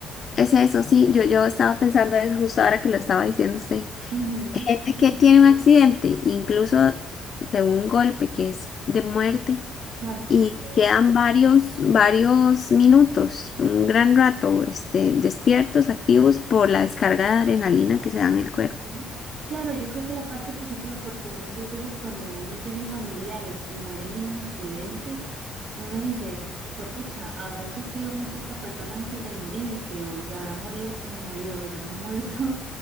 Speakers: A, on the left; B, on the right.
A: Es eso, sí, yo, yo estaba pensando eso justo ahora que lo estaba diciendo usted.
B: Ujú,
A: Gente
B: ujú.
A: que tiene un accidente, incluso de un golpe que es de muerte,
B: Ay, sí,
A: y
B: qué duro.
A: quedan varios, varios minutos, un gran rato, este, despiertos, activos por la descarga de adrenalina que se da en el cuerpo.
B: Sí. Claro, yo creo que la parte positiva, porque muchas veces cuando uno tiene familiares que mueren en accidentes, uno dice, juepucha, habrá sufrido mucho esta persona antes de morirse, o se habrá morido, morido, digamos, <laughs> muerto,